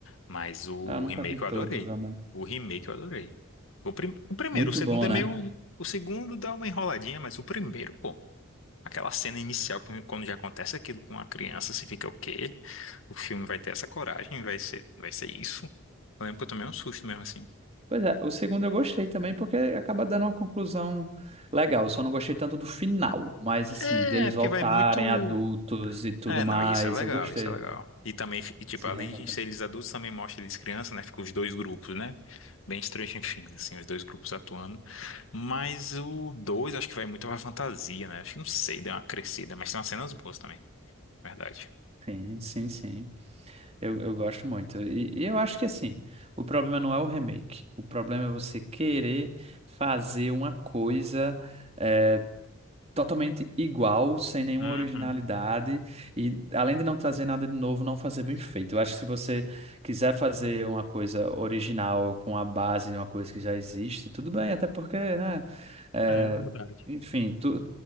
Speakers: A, on the left; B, on the right.
A: Mas o
B: Ah, Eu nunca
A: remake
B: vi todos,
A: eu adorei.
B: também.
A: O remake eu adorei. O, prim- o primeiro,
B: Muito
A: o segundo
B: bom,
A: é
B: né?
A: meio. O segundo dá uma enroladinha, mas o primeiro, pô. Aquela cena inicial, quando quando já acontece aquilo com a criança, você fica o quê? O filme vai ter essa coragem, vai ser, vai ser isso. Eu lembro que eu tomei um susto mesmo assim.
B: Pois é, o segundo eu gostei também, porque acaba dando uma conclusão legal. Eu só não gostei tanto do final, mas assim,
A: É,
B: deles
A: porque
B: voltarem
A: vai muito.
B: adultos e tudo
A: É,
B: mais,
A: não, isso é legal,
B: eu gostei.
A: isso é legal. E também, e, tipo,
B: Se
A: além
B: reencontrar.
A: de ser eles adultos, também mostra eles crianças, né? Fica os dois grupos, né? Bem Stranger Things, <laughs> assim, os dois grupos atuando. Mas o 2 acho que vai muito pra fantasia, né? Acho que não sei, deu uma crescida, mas tem umas cenas boas também, verdade.
B: Sim, sim, sim. Eu, eu gosto muito. E, e eu acho que assim, o problema não é o remake. O problema é você querer fazer uma coisa. eh, totalmente igual, sem nenhuma
A: Uhum.
B: originalidade, e além de não trazer nada de novo, não fazer bem feito. Eu acho que se você quiser fazer uma coisa original com a base de uma coisa que já existe, tudo bem, até porque, né? é,
A: É, é verdade.
B: enfim, tu-